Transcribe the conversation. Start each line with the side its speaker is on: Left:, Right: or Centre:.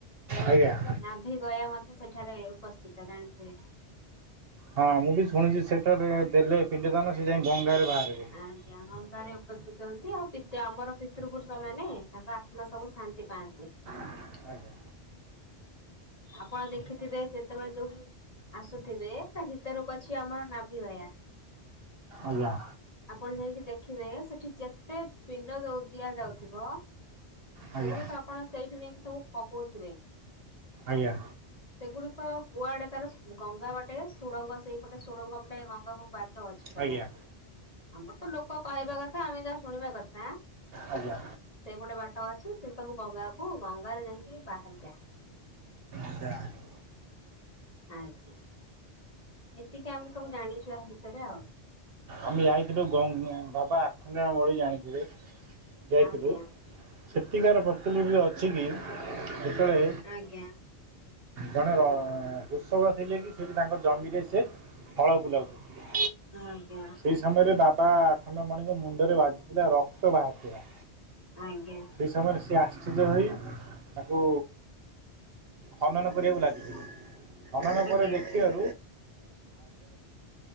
Right: ଆଜ୍ଞା।
Left: ନାଭି ଗୟା ମଧ୍ୟ ସେଠାରେ ଉପସ୍ଥିତ ଜାଣିଥିବେ।
Right: ହଁ ମୁଁ ବି ଶୁଣିଚି ସେଟାରେ ଦେଲେ ପିଣ୍ଡ ଦାନ ସେ ଯାଇ ଗଙ୍ଗାରେ ବାହାରିବ।
Left: ଆଜ୍ଞା ଗଙ୍ଗାରେ ଉପସ୍ଥିତ ହୁଅନ୍ତି ଆଉ ପିତ ଆମର ପିତୃପୁରୁଷ ମାନେ ତାଙ୍କ ଆ ତ୍ମା ସବୁ ଶାନ୍ତି ପାଆନ୍ତି।
Right: ଆଜ୍ଞା।
Left: ଆପଣ ଦେଖିଥିବେ ସେତେବେଳେ ଯୋଉଠି ଆସୁଥିବେ ତା ଭିତରକୁ ଅଛି ଆମର ନାଭି ଗୟା।
Right: ଆଜ୍ଞା।
Left: ଆପଣ ଯାଇକି ଦେଖିବେ ସେଠି ଯେତେ ପିଣ୍ଡ ଦଉ ଦିଆଯାଉଥିବ। ସେଗୁଡିକ
Right: ଆଜ୍ଞା
Left: ଆପଣ ସେଇଠି ନେଇକି ସବୁ ପକଉଥିବେ।
Right: ଆଜ୍ଞା।
Left: ସେଗୁଡିକ କୁଆଡେ ତାର ଗଙ୍ଗା ବାଟେ ସୁଡ଼ଙ୍ଗ ସେଇପଟେ ସୁଡ଼ଙ୍ଗ ପଟେ ଗଙ୍ଗାକୁ ବା ଟ ଅଛି କୁଆଡେ।
Right: ଆଜ୍ଞା
Left: ଆମର ତ ଲୋକ କହିବା କଥା ଆମେ ଯାହା ଶୁଣିବା କଥା। ସେଇ
Right: ଆଜ୍ଞା
Left: ପଟେ ବାଟ ଅଛି, ସେ ସବୁ ଗଙ୍ଗାକୁ ଗଙ୍ଗାରେ ଯାଇକି ବାହାରିଯାଏ।
Right: <unintelligible>
Left: ଆଜ୍ଞା। ଏତିକି ଆମେ ସବୁ ଜାଣିଛୁ ଏହା ବିଷୟରେ ଆଉ।
Right: ଆମେ ଯାଇଥିଲୁ ଗଙ୍ଗ ବାବା ଆଖଣ୍ଡମଳି ଜାଣିଥିବେ ଯାଇଥିଲୁ।
Left: ଆଜ୍ଞା
Right: ସେଟିକାର ପ୍ରତିଲିପି ଅଛି କି ଯେତେଳେ
Left: ଆଜ୍ଞା।
Right: ଜଣେ ର କୃଷକ ଥିଲେ କି ସେଠି ତାଙ୍କ ଜମିରେ ସେ ହଳ ବୁଲାଉଥିଲେ।
Left: ଆଜ୍ଞା।
Right: ଏଇ ସମୟରେ ବାବା ଆଖଣ୍ଡମଣିଙ୍କ ମୁଣ୍ଡରେ ବାଜିଥିଲା ରକ୍ତ ବାହାରିଥିଲା।
Left: ଆଜ୍ଞା।
Right: ସେଇ ସମୟରେ ସିଏ ଆଶ୍ଚର୍ଯ୍ୟ ହୋଇ ତାକୁ ଖନନ କରିବାକୁ ଲାଗିଥିଲେ। ଖନନ
Left: ଆଜ୍ଞା
Right: ପରେ ଦେଖି <inaudible>